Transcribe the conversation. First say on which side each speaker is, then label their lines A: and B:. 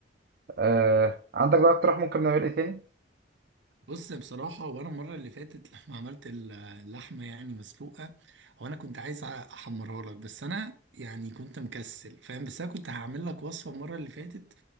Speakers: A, on the right; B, on the right.
A: آه عندك بقى اقتراح ممكن نعمل ايه تاني؟
B: بص بصراحة وأنا المرة اللي فاتت لما عملت ال- اللحمة يعني مسلوقة هو أنا كنت عايز أحمرها لك بس أنا يعني كنت مكسل فاهم بس أنا كنت هعمل لك وصفة المرة اللي فاتت